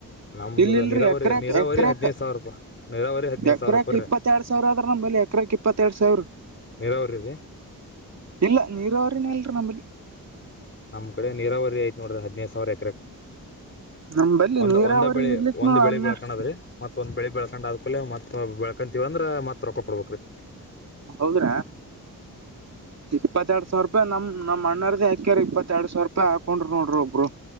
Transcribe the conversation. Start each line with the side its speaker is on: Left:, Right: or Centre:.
Left: ನಮ್ಮದು
Right: ಇಲ್ಲಿ ಇಲ್ರಿ
Left: ನೀರಾವರಿ
Right: ಎಕ್ರಾಕ್
Left: ನೀರಾವರಿ
Right: ಎಕ್ರಕ್
Left: ಹದಿನೈದು ಸಾವಿರ ರೂಪಾಯಿ ನೀರಾವರಿ ಹದಿನೈದು
Right: ಎಕ್ರಾಕ್
Left: ಸಾವಿರ ರೂಪಾಯಿ ರೀ
Right: ಇಪ್ಪತ್ತೆರಡ್ ಸಾವಿರ ಅದ್ರ ನಮಲ್ಲಿ ಎಕ್ರಾಕ್ ಇಪ್ಪತ್ತೆರಡ್ ಸಾವಿರ
Left: ನೀರಾವರಿ ರೀ
Right: ಇಲ್ಲ ನೀರ ಅವ್ರನ ಇಲ್ರ ನಮ್ಮಲ್ಲಿ
Left: ನಮ್ಮ ಕಡೆ ನೀರಾವರಿ ಆಯತು ನೋಡ್ರರಿ ಹದಿನೈದು ಸಾವಿರ ಎಕರೆಕ
Right: ನಂಬಲ್ಲಿ
Left: ಒಂದ್
Right: ನೀರಾವರಿ
Left: ಒಂದ ಬೆಳಿ
Right: ಇರ್ಲಿಕ್ನು
Left: ಒಂದ್ ಬೆಳಿ
Right: ಹನ್ನೆರಡ್
Left: ಬೆಳ್ಕಣದ್ರೀ ಮತ್ತ ಒಂದ್ ಬೆಳಿ ಬೆಳಳ್ಕೊಂಡ ಲೆ ಮತ್ ಬೆಳ್ಕಂತೀವ ಅಂದ್ರ ಮತ್ ರೊಕ್ಕ ಕೊಡ್ಬೇಕೇಕ್ರಿ
Right: ಹೌದ್ರ ಇಪ್ಪತ್ತ ಎರಡ್ ಸಾವಿರ ರೂಪಾಯಿ ನಮ ನಮ್ಮ್ ಅಣ್ಣರ ಯಾಕ್ಯ್ರ ಇಪ್ಪತ್ತ ಎರ ಸಾವಿರ ರೂಾಯಿ ಹಾಕೊಂಡ್ ನೋಡ್ರಿ ಒಬ್ರು